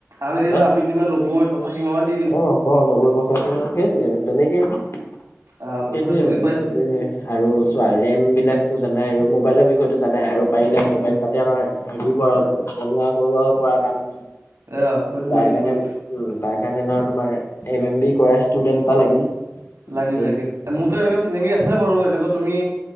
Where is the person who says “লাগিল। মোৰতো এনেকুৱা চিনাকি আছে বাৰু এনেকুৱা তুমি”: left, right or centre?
Right